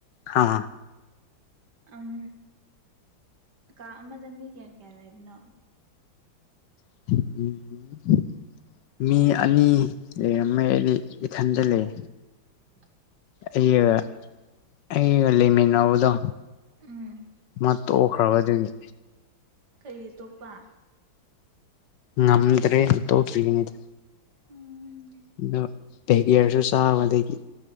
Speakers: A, on the left; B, on the right.
A: ꯍꯥ
B: ꯑꯝ ꯀꯥ ꯑꯃꯗ ꯃꯤ ꯀꯌꯥ ꯀꯌꯥ ꯂꯩꯕꯅꯣ
A: <inaudible> ꯃꯤ ꯑꯅꯤ ꯂꯩꯔꯝꯃꯦ ꯑꯩꯗꯤ ꯏꯊꯟꯗ ꯂꯩ
B: <inaudible>
A: ꯑꯩꯒ ꯑꯩꯒ ꯂꯩꯃꯤꯟꯅꯧꯕꯗꯣ
B: ꯎꯝ
A: ꯃꯥ ꯇꯣꯛꯈ꯭ꯔꯕꯗꯒꯤ
B: ꯀꯩꯒꯤ ꯇꯣꯛꯄ
A: ꯉꯝꯗ꯭ꯔꯦꯅ ꯇꯣꯛ ꯈꯤꯕꯅꯤꯗ
B: ꯎꯝ
A: ꯑꯗꯣ ꯄꯦꯒꯌꯔꯁꯨ ꯆꯥꯕꯗꯒꯤ